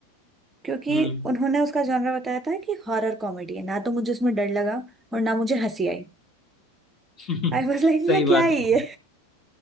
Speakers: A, on the right (about 15°); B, on the left (about 25°).
A: क्योंकि
B: हम्म
A: उन्होंने उसका जॉनर बताया था कि हॉरर कॉमेडी है ना तो मुझे उसमें डर लगा और ना मुझे हंसी आई
B: <laughs>
A: आई वाज लाइक मतलब
B: सही
A: क्या
B: बात
A: है
B: है
A: ये